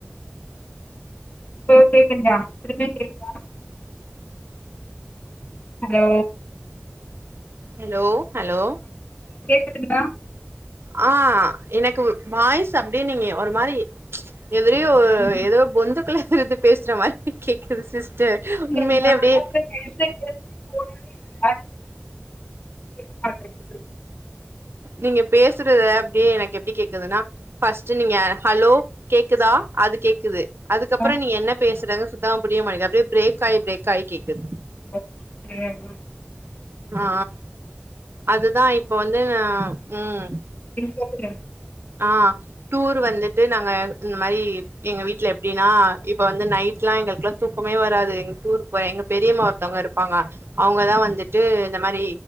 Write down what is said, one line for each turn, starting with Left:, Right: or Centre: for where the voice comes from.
Left: இப்போ கேக்லியா எதுமே கேக்குதா ஹலோ
Right: ஹலோ ஹலோ
Left: க் க்குதா
Right: ஆ எனக்கு வாய்ஸ் அப்பிடின்னீங்க ஒரு மாரி எதுரியு
Left: ம்
Right: ஏதோ பொந்து க்குல இருந்து பேசுற மாரி கேக்குது சிஸ் ட்டு உண்மைலியே
Left: இல்ல
Right: எப்டே
Left: ஆனா வந்து ஹெட்செட் போடவே இல்ல <unintelligible>
Right: நீங்க பேசுறத அப்டியே எனக்கு எப்டி கேக்குதுன்னா ஃபஸ்ட்டு நீங்க ஹலோ கேக்குதா அது கேக்குது அதுக்கப்புறோ
Left: ஆ
Right: நீ என்ன பேசு த்தங்க சுத்தமா புரிய மாட்டிங்குது அப்டியே பிரேக் ஆயி பிரேக் ஆயி கேக்குது
Left: <inaudible>
Right: ஆ அதுதா இப்போ வந்து ம்
Left: நீ சொல்ற
Right: ஆ டூர் வந்துட்டு நாங்க இந்த மாரி எங்க வீட்ல எப்டின்னா இப்ப வந்து நைட்லா எங்களுக்குளா தூக்கமே வராது எங்க ஊருக்கு எங்க பெரியம்மா ஒருத்தவங்க இருப்பாங்க அவங்கதா வந்துட்டு இந்த மாரி